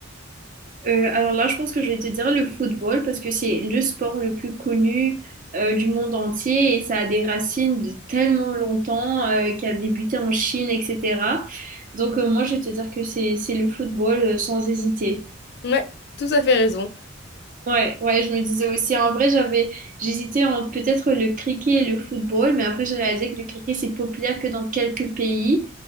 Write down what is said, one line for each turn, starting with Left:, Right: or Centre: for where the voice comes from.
Right: Euh, alors là, je pense que je vais te dire le football parce que c'est le sport le plus connu euh, du monde entier et ça a des racines de tellement longtemps euh, qui a débuté en Chine, etc. Donc, euh, moi, je vais te dire que c'est c'est le football euh, sans hésiter.
Left: Ouais, tout à fait raison.
Right: Ouais, ouais, je me disais aussi, en vrai, j'avais, j'hésitais entre peut-être le cricket et le football, mais après j'ai réalisé que le cricket c'est populaire que dans quelques pays